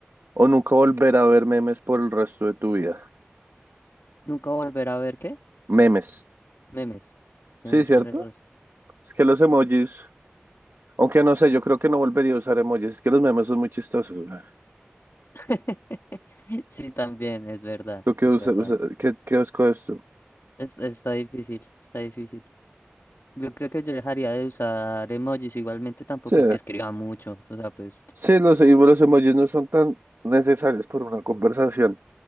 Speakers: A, on the right (about 75°); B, on the left (about 80°).
A: o nunca volver a ver memes por el resto de tu vida?
B: Nunca volver a ver qué?
A: Memes,
B: Memes,
A: sí,
B: memes
A: ¿cierto?
B: por el resto.
A: Es que los emojis, aunque no sé, yo creo que no volvería a usar emojis, es que los memes son muy chistosos. güey.
B: <laughs> Sí, también, es verdad,
A: ¿Tú qué
B: es
A: usas?
B: verdad.
A: ¿Qué, qué escoges tú?
B: Es, está difícil, está difícil. Yo creo que yo dejaría de usar emojis, igualmente tampoco
A: Sí.
B: es que escriba mucho, o sea, pues,
A: Sí, los, y los emojis no son tan necesarios por una conversación.